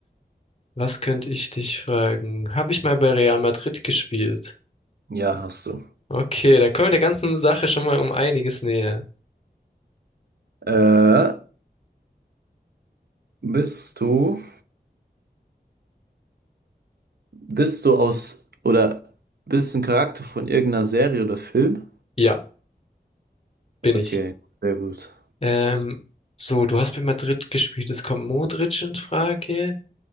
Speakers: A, on the left; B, on the right.
A: Was könnte ich dich fragen? Habe ich mal bei Real Madrid gespielt?
B: ja, hast du.
A: Okay, dann kommen wir der ganzen Sache schon mal um einiges näher.
B: Äh, bist du, bist du aus, oder bist ein Charakter von irgendeiner Serie oder Film?
A: Ja, bin
B: Okay,
A: ich.
B: sehr gut.
A: Ähm, so, du hast bei Madrid gespielt. Es kommt Modric in Frage,